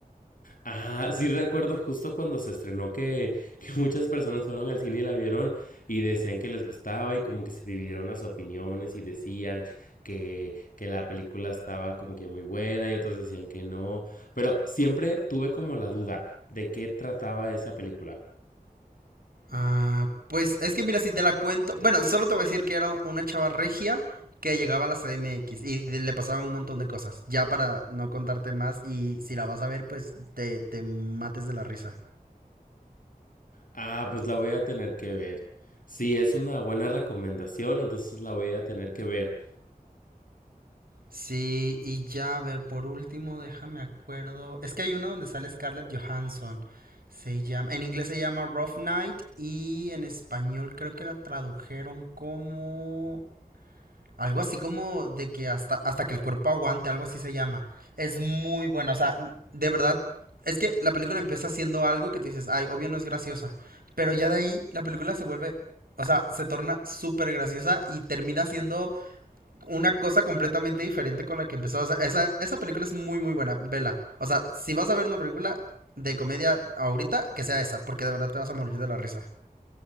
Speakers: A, on the left; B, on the right.
A: Ah, sí recuerdo justo cuando se estrenó que, que muchas personas fueron al cine y la vieron y decían que les gustaba y como que se dividieron las opiniones y decían que, que la película estaba como que muy buena y otros decían que no. Pero siempre tuve como la duda de qué trataba esa película.
B: Ah, pues es que mira, si te la cuento, bueno, solo te voy a decir que era una chava regia que llegaba a la CDMX y de- le pasaban un montón de cosas, ya para no contarte más y si la vas a ver, pues te, te mates de la risa.
A: Ah, pues la voy a tener que ver. Sí, es una buena recomendación, entonces la voy a tener que ver.
B: Sí, y ya, a ver, por último, déjame acuerdo. Es que hay uno donde sale Scarlett Johansson. Se llama, en inglés se llama Rough Night y en español creo que la tradujeron como algo así como de que hasta, hasta que el cuerpo aguante, algo así se llama. Es muy buena, o sea, de verdad, es que la película empieza haciendo algo que tú dices, ay, obvio no es graciosa, pero ya de ahí la película se vuelve, o sea, se torna súper graciosa y termina siendo una cosa completamente diferente con la que empezó. O sea, esa, esa película es muy, muy buena. Vela. O sea, si vas a ver una película de comedia ahorita, que sea esa, porque de verdad te vas a morir de la risa.